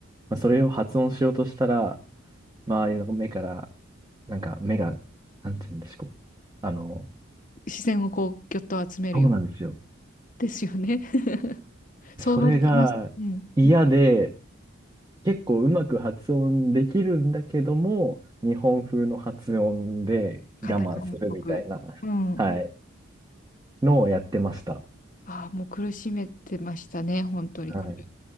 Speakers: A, on the right; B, on the left.
A: まあ、それを発音しようとしたら、周りの目から、なんか目が、なんて言うんでしょう。あの、
B: 視線をこう、ぎょっと集めるような。
A: そうなんですよ。
B: ですよね。<laughs> 想像できます。
A: それが嫌で、
B: うん。
A: 結構うまく発音できるんだけども、日本風の発音で我慢するみたいな、
B: カタカナっぽく。うん。
A: はい、のをやってました。
B: ああ、もう苦しめてましたね、本当に。
A: はい。
B: 苦